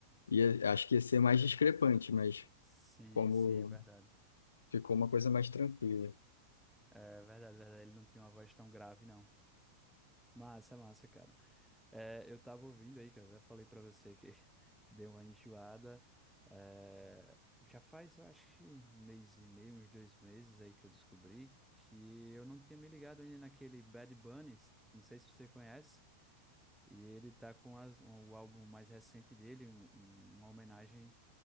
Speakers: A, on the left; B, in the centre.
A: ia, acho que ia ser mais discrepante, mas
B: Sim,
A: como
B: sim, é verdade.
A: ficou uma coisa mais tranquila.
B: É verdade, é verdade. Ele não tinha uma voz tão grave, não. Massa, massa, cara. É, eu tava ouvindo aí, que eu até falei pra você que <laughs> deu uma enjoada. É, já faz, eu acho que um mês e meio, uns dois meses aí que eu descobri que eu não tinha me ligado ainda naquele Bad Bunny. Não sei se você conhece. E ele tá com as- o álbum mais recente dele, um- um- uma homenagem